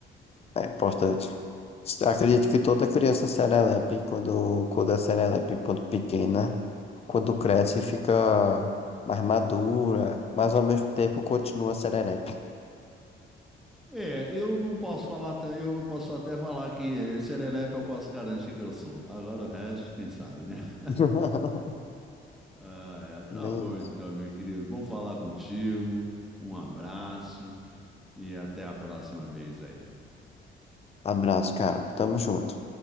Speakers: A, on the left; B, in the centre.
A: É importante. Acredito que toda criança serelepe, quando, quando é serelepe, quando pequena, quando cresce, fica mais madura, mas ao mesmo tempo continua serelepe.
B: É, eu não posso falar, ta- eu eu posso até falar que serelepe eu posso garantir que eu sou. Agora o resto, quem sabe, né?
A: <laughs>
B: Ah, é, tá
A: Bem,
B: bom então, meu querido. Bom falar contigo. Um abraço e até a próxima vez aí.
A: abraço, cara. Tamo junto.